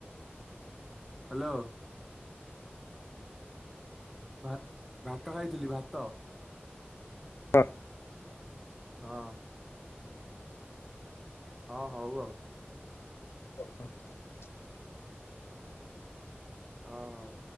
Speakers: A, in the centre; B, on the left.
A: ହ୍ୟାଲୋ। ଭ ଭାତ ଖାଇଥିଲି ଭାତ।
B: ହଁ।
A: ହଁ। ହଁ ହଉ ଆଉ।
B: ଓ ହୋ <inaudible>
A: ହ ହୋଉ।